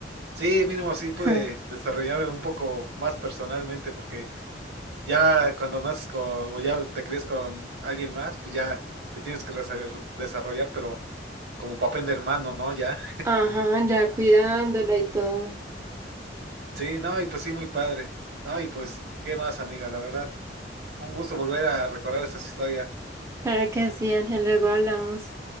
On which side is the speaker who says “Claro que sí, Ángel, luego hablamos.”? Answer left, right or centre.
Right